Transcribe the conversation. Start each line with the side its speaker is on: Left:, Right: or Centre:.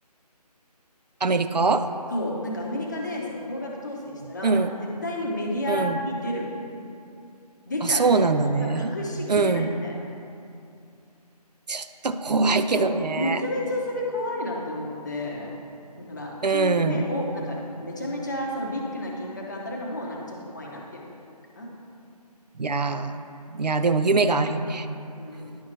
Right: アメリカ
Left: そう、なんかアメリカでその高額当選したら、
Right: うん、
Left: なんか絶対にメディアに出るの。
Right: うん。
Left: 出ちゃうの。
Right: あ、そうなんだね。
Left: もう多分隠しきれないみたいな。
Right: うん。ちょっと怖いけどね。
Left: そう、めちゃめちゃそれ怖いなって思って。だから、
Right: うん。
Left: 金、ね、お、なんかめちゃめちゃそのビッグな金額当たるのもなんかちょっと怖いなっていうのがあるかな。
Right: いやー、いやー、でも夢があるよね
Left: うん。